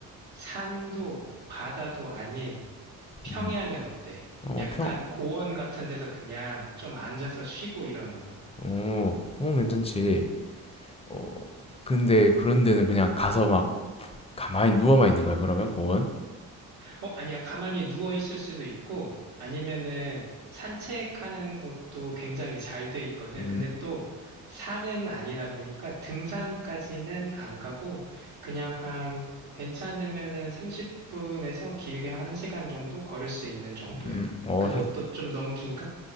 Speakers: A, on the right; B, on the left.
A: 산도 바다도 아닌
B: 음어평어
A: 평야는 어때? 약간
B: 어, 평,
A: 고원 같은 데서 그냥 좀 앉아서 쉬고 이러는 거.
B: 어, 어, 괜찮지 어 근데 그런 데는 그냥 가서 막 가만히 누워만 있는 거야 그러면 고원
A: 어, 아니야. 가만히 누워 있을 수도 있고, 아니면은 산책하는 곳도 굉장히 잘 돼 있거든.
B: 음음음어
A: 근데 또 산은 아니다 보니까 등산까지는 안 가고, 그냥 한, 괜찮으면은 30분에서 길게 1시간 정도 걸을 수 있는 정도야.
B: 살
A: 그것도 좀 너무 긴가?